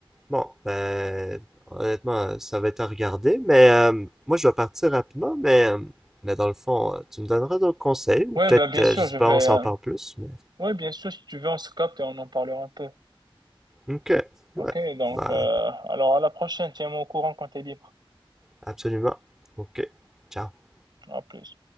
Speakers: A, in the centre; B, on the right (about 50°).
A: Bon, ben, honnêtement, ça va être à regarder, mais euh, moi, je vais partir rapidement, mais, euh, mais dans le fond, euh, tu me donneras d'autres conseils, ou
B: Ouais,
A: peut-être,
B: ben, bien
A: euh,
B: sûr,
A: je sais
B: je
A: pas,
B: vais,
A: on s'en
B: euh,
A: parle plus, mais...
B: Oui, bien sûr, si tu veux, on se capte et on en parlera un peu.
A: Ok.
B: Ok,
A: Ouais.
B: donc,
A: Bah,
B: euh, alors à la prochaine, tiens-moi au courant quand t'es libre.
A: Absolument. OK. Ciao.
B: À plus.